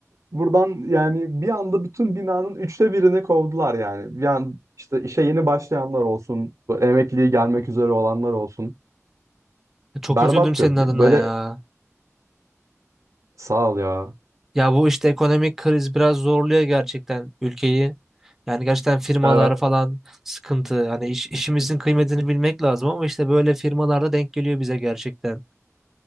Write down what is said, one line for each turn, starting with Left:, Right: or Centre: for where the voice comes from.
Right: Buradan yani bir anda bütün binanın üçte birini kovdular yani. Yani işte işe yeni başlayanlar olsun. bu Emekliliği gelmek üzere olanlar olsun.
Centre: Çok
Right: Berbattı.
Centre: üzüldüm senin adına
Right: Böyle
Centre: ya.
Right: sağ ol ya.
Centre: Ya bu işte ekonomik kriz biraz zorluyor gerçekten ülkeyi. Yani gerçekten firmalar
Right: Evet.
Centre: falan sıkıntı. Hani iş- işimizin kıymetini bilmek lazım ama işte böyle firmalarda denk geliyor bize gerçekten.